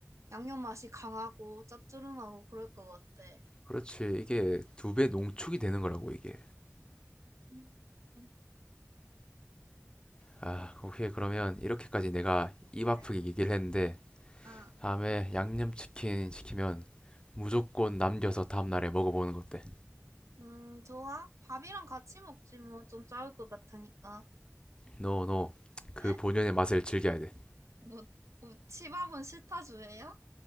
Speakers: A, on the right; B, on the left.
A: 양념 맛이 강하고 짭조름하고 그럴 것 같아.
B: 그렇지. 이게 두 배 농축이 되는 거라고 이게.
A: 음.
B: 아, 오케이. 그러면 이렇게까지 내가 입 아프게
A: 네.
B: 얘기를 했는데
A: 아,
B: 다음에 양념치킨 시키면 무조건 남겨서 다음날에 먹어보는 것 어때?
A: 음, 좋아. 밥이랑 같이 먹지 뭐 좀 짜울 것 같으니까.
B: 노노. 그
A: 에?
B: 본연의 맛을 즐겨야 돼.
A: 뭐, 뭐 치밥은 싫다 주예요?